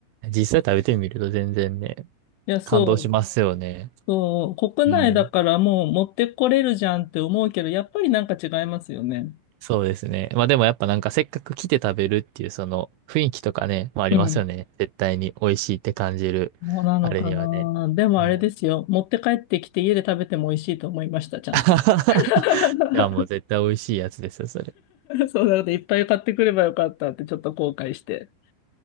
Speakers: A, on the right; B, on the left.
A: 実際食べてみると全然ね、
B: や、そう。
A: 感動しますよね。
B: そう、国内だからもう持ってこれるじゃんって思うけど、
A: うん。
B: やっぱりなんか違いますよね。
A: そうですね。まあでもやっぱなんかせっかく来て食べるっていうその雰囲気とかね、まあありますよね。
B: うん。
A: 絶対に美味しいって感じる。
B: そうなのかな。
A: あれにはね。
B: でもあれですよ。
A: はい
B: 持って帰ってきて家で食べても美味しいと思いました、ちゃんと。
A: <laughs>
B: <laughs>
A: いや、もう絶対美味しいやつですよ、それ。
B: そうなので、いっぱい買ってくればよかったってちょっと後悔して。